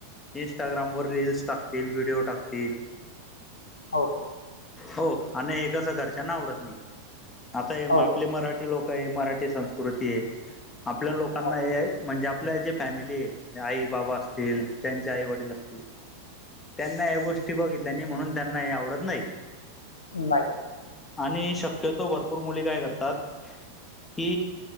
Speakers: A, on the left; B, on the left.
A: इंस्टाग्रामवर रीलस टाकतील व्हिडिओ टाकतील.
B: हो.
A: हो आणि हे कस घरच्यांना आवडत नाही आता
B: हो
A: आपले मराठी. ते लोक आहे मराठी संस्कृती आहे आपल्या लोकांना
B: हो
A: हे म्हणजे आपल्या जे. फॅमिलीये आई बाबा असतील त्यांचे आई वडील असतील त्यांना या गोष्टी बघितल्या आणि म्हणून त्यांना हे आवडत नाही.
B: नाही.
A: आणि शक्यतो भरपूर मुली काय करतात कि